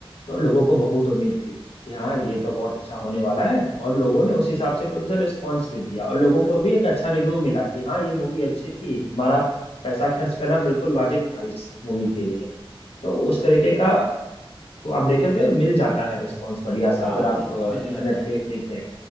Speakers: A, on the left (about 85°); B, in the centre.
A: तो लोगों को बहुत उम्मीद थी कि हाँ ये तो बहुत अच्छा होने वाला है और लोगों ने उस हिसाब से फिर उसे रिस्पॉन्स भी दिया और लोगों को भी एक अच्छा रिव्यू मिला कि हाँ ये मूवी अच्छी थी हमारा पैसा खर्च करना बिल्कुल वाजिब था इस मूवी के लिए तो उस तरीके का तो आप देखे तो मिल जाता है रिस्पॉन्स बढ़िया
B: <laughs>
A: सा
B: हाँ
A: अगर आप
B: उनको मिल
A: इंटरनेट
B: जाता है
A: पे देखें